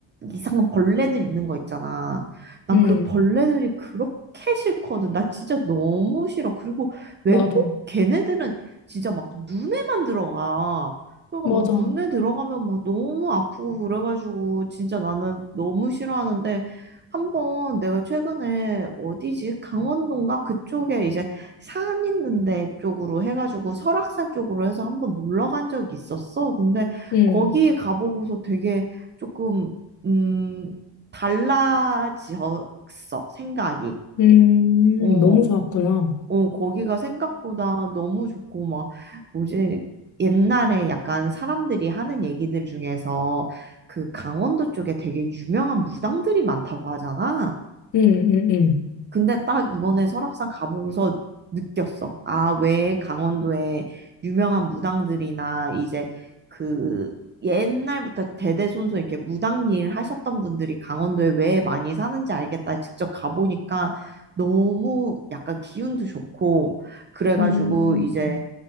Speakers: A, on the right; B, on the left.
A: 이상한 벌레들 있는 거 있잖아. 난
B: 음,
A: 그 벌레들이 그렇게 싫거든. 나 진짜 너무 싫어. 그리고 왜
B: 나도
A: 꼭 걔네들은 진짜 막 눈에만 들어가. 그러니까
B: 맞아.
A: 막 눈에 들어가면 막 너무 아프고 그래가지고 진짜 나는 너무 싫어하는데 한번 내가 최근에 어디지? 강원도인가? 그쪽에 이제 산 있는데 쪽으로 해가지고 설악산 쪽으로 해서 한번 놀러 간 적이 있었어. 근데
B: 음,
A: 거기 가보고서 되게 조금 음, 달라졌어, 생각이.
B: 음,
A: 어,
B: 너무 좋았구나.
A: 어, 거기가 생각보다 너무 좋고, 막, 뭐지, 옛날에 약간 사람들이 하는 얘기들 중에서 그 강원도 쪽에 되게 유명한 무당들이 많다고 하잖아.
B: 음, 음, 음.
A: 근데 딱 이번에 설악산 가보고서 느꼈어. 아, 왜 강원도에 유명한 무당들이나 이제 그 옛날부터 대대손손 이렇게 무당 일 하셨던 분들이 강원도에 왜 많이 사는지 알겠다. 직접 가보니까 너무 약간 기운도 좋고 그래가지고
B: 음,
A: 이제